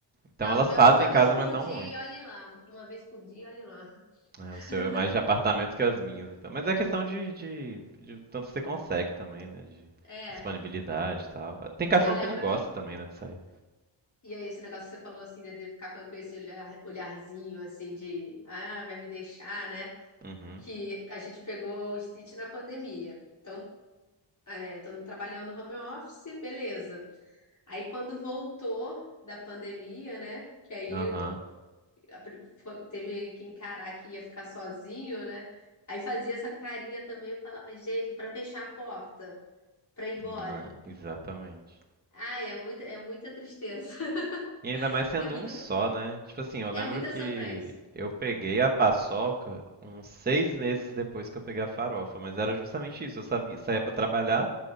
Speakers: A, on the right; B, on the left.
A: Então
B: Não,
A: elas
B: o meu
A: fazem
B: uma
A: em
B: vez
A: casa,
B: por
A: mas não
B: dia
A: muito.
B: e olhe lá. Uma vez por dia e olhe lá.
A: É,
B: <laughs>
A: o seu é mais de apartamento que as minhas, então. Mas é questão de, de, de tanto que você consegue também, né? De
B: É.
A: disponibilidade e tal. Tem cachorro
B: E eu lembro
A: que não gosta
B: que.
A: também, né, de sair.
B: E aí, esse negócio que você falou assim, né, de ficar com com esse olhar- olharzinho assim de ah, vai me deixar, né?
A: Uhum.
B: Que a gente pegou o Stitch na pandemia. Então, é, todo mundo trabalhando no home office, beleza. Aí quando voltou da pandemia, né? Que aí
A: Aham.
B: a pri- fo- teve que encarar que ia ficar sozinho, né? Aí fazia essa carinha também, eu falava, gente, pra fechar a porta, pra ir
A: É,
B: embora.
A: exatamente.
B: Ah, é muita, é muita tristeza. <laughs>
A: E ainda mais sendo
B: É muita,
A: um só, né? Tipo assim, eu
B: é
A: lembro
B: muita
A: que
B: sofrência.
A: eu peguei a paçoca uns seis meses depois que eu peguei a farofa, mas era justamente isso. Eu sabia, saía pra trabalhar,